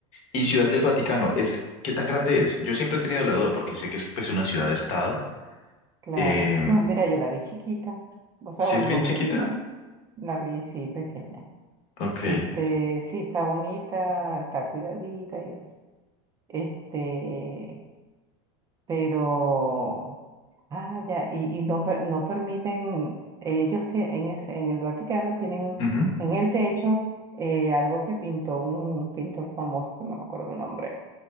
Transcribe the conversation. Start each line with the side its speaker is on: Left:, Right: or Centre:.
Left: ¿Y Ciudad del Vaticano es, qué tan grande es? Yo siempre he tenido la duda porque sé que es pues una ciudad de estado.
Right: claro.
Left: Em,
Right: No, mira, yo la vi chiquita. O sea,
Left: ¿sí
Right: bueno,
Left: es bien
Right: lo
Left: chiquita?
Right: que vino, la vi sí pequeña.
Left: Ok.
Right: Este, sí, está bonita, está cuidadita y eso. Este, pero, ah, ya, y, y no, per- no permiten, ellos tie- en, ese- en el Vaticano tienen
Left: Ujú.
Right: en el techo eh, algo que pintó un pintor famoso, que no me acuerdo el nombre,